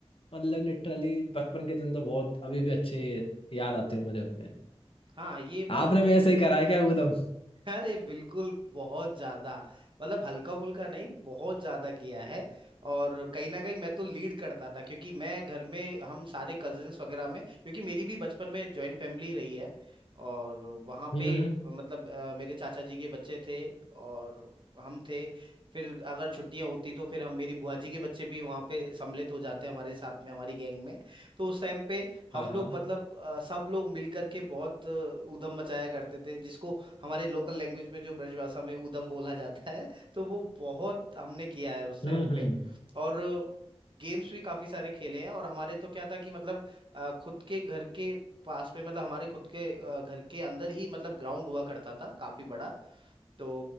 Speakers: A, on the left; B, on the right.
A: मतलब लिटरली बचपन के दिन तो बहुत अभी भी अच्छे याद आते हो मुझे अपने
B: हाँ ये बात
A: आपने
B: सही
A: भी ऐसे ही करा है क्या उदम
B: अरे बिल्कुल बहुत ज्यादा मतलब हल्का फुल्का नहीं बहुत ज्यादा किया है और कहीं ना कहीं मैं तो लीड करता था क्योंकि मैं घर में हम सारे कजिन्स वगैरह में क्योंकि मेरी भी बचपन में जॉइंट फैमिली रही है और वहाँ
A: हम्म
B: पे
A: हम्म
B: मतलब अ, मेरे चाचा जी के बच्चे थे और हम थे फिर अगर छुट्टियां होती तो फिर हम मेरी बुआ जी के बच्चे भी वहाँ पे सम्मिलित हो जाते हमारे साथ में हमारी गैंग में तो उस टाइम पे हम
A: हाँ हाँ
B: लोग मतलब अ, सब लोग मिल करके बहुत अ, ऊधम मचाया करते थे जिसको हमारे लोकल लैंग्वेज में जो ब्रजभाषा में ऊधम बोला जाता है तो वो बहुत हमने किया है उस
A: हम्म
B: टाइम
A: हम्म
B: पे और गेम्स भी काफी सारे खेले हैं और हमारे तो क्या था कि मतलब अ, खुद के घर के पास में मतलब हमारे खुद के अ, घर के अंदर ही मतलब ग्राउंड हुआ करता था काफी बड़ा तो